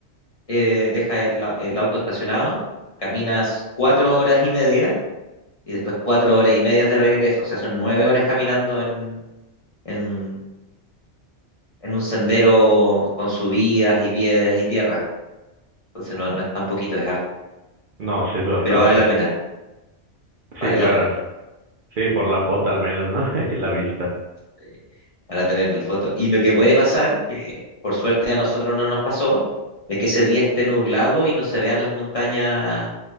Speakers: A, on the left; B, on the right.
A: eh, deja el, au- el auto estacionado, caminas cuatro horas y media y después cuatro horas y media de regreso. O sea, son nueve horas caminando en, en, en un sendero con subidas y piedras y tierra. Entonces no, no es tan poquito, es harto,
B: No, sí es bastante.
A: pero vale la pena,
B: Sí,
A: vale
B: claro.
A: la pena.
B: Sí, por la foto al menos, ¿no? <laughs> La vista.
A: eh, para tener la foto. Y lo que puede pasar, que por suerte a nosotros no nos pasó, de que ese día esté nublado y no se vean las montañas,